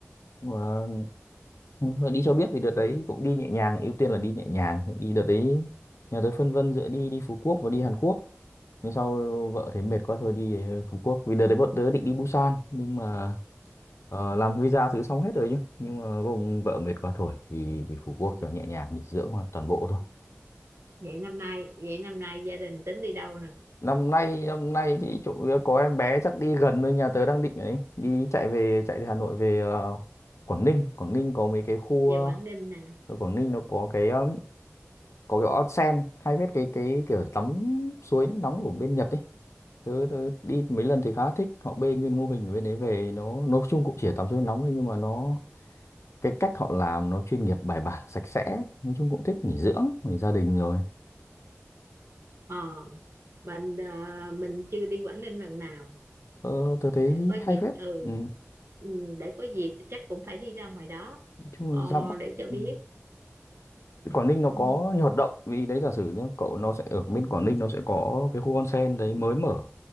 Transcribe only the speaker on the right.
à
Ừ.
vậy năm nay vậy năm nay gia đình tính đi đâu nè
về
Quảng Ninh nè
ờ mình ờ, mình chưa đi Quảng Ninh lần nào
để có dịp
ừ
ừ, để có dịp thì chắc cũng phải đi ra ngoài đó
ờ,
để cho
biết
ừ,